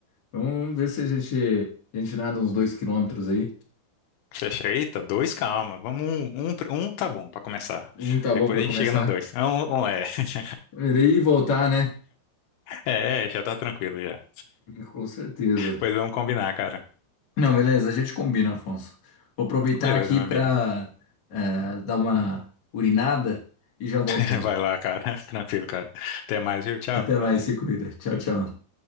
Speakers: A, on the left (about 60°); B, on the left (about 75°).
A: Então, vamos ver se a gente, a gente nada uns dois quilômetros aí.
B: Fecha. Eita, dois, calma. Vamos um, um, pr- um tá bom pra começar.
A: Não tá bom
B: Depois
A: para
B: a
A: começar?
B: gente chega no dois. É Um, um é. <laughs>
A: Ir e voltar, né?
B: É, é, já tá tranquilo já.
A: Com certeza.
B: Pois vamos combinar, cara.
A: Não, beleza, a gente combina, Afonso. Vou aproveitar
B: Beleza,
A: aqui
B: meu
A: para
B: amigo.
A: dar uma urinada e já volto
B: <laughs>
A: aí.
B: Vai lá, cara. <laughs> Tranquilo, cara. Até mais, viu? Tchau.
A: Até mais, se cuida. Tchau, tchau.